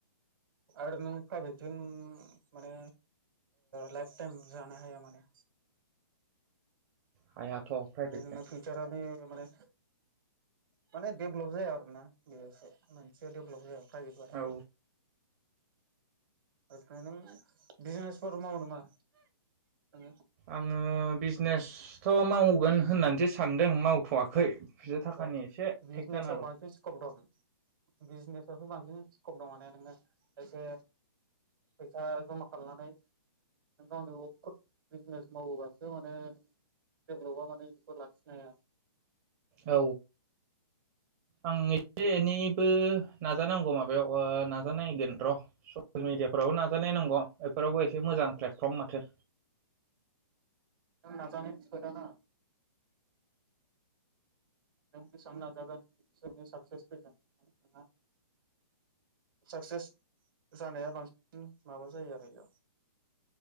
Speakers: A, on the right; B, on the right.
A: आरो नों प्राइभेटजों माने लाइफ टाइम जानो हाया माने
B: हायाथ' प्राइभेटजों
A: माने जोंना फिउचारानो माने माने डेभेलप जाया आरो ना बियो मानसि देभेलप जाया प्राइभेट बथाय
B: औ
A: ओंखायनो नों <inaudible> बिजनेसफोर मावनोामा नोङो
B: आङो बिजनेसथ' मावगोन होननानैसो सानदों मावथ'वाखै फैसा
A: आसा
B: थाखानि एसे
A: बिजिनेसाव
B: थेक जाना दं
A: बांसिन स्कप दं। बिजनेसथ' बांसिन स्कब दं माने नोङो एसे फैसा जमा खालामनानै नों गावनि अ बिजनेस मावोबासो माने डेभलपा माने बेखौ लाखिनो हाया
B: औ आं एसे एनैबो नाजानांगौ माबायाव नाजानायगोन र' ससियेल मिेडियाफोरावबो नाजानाय नांगौ बेफोरावबो एसे मोजां प्लेटफर्म माथो
A: नाजानायनिसो‌ खोथाना बेसेबां नाजागोन एसेनो साक्चेस फैगोन साक्सेस जानाया बांसिन माबा जायो आरो बेयाव